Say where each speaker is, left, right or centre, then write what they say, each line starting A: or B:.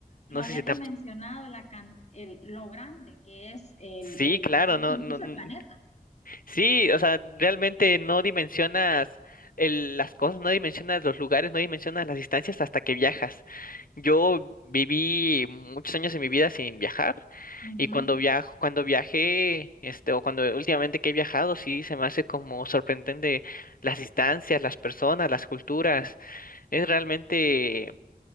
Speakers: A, on the left (about 45°); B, on the left (about 65°).
A: No
B: No
A: había
B: sé si
A: dimensionado
B: te ha-
A: la can- el- lo grande que es el,
B: Sí,
A: el-
B: claro,
A: el-
B: no,
A: incluso
B: no,
A: el planeta.
B: Sí, o sea, realmente no dimensionas el- las cosas, no dimensionas los lugares, no dimensionas las distancias hasta que viajas. Yo viví muchos años de mi vida sin viajar
A: Ujú.
B: y cuando viajo, cuando viajé, este, o cuando últimamente que he viajado, sí se me hace como sorprendente las distancias, las personas, las culturas. Es realmente,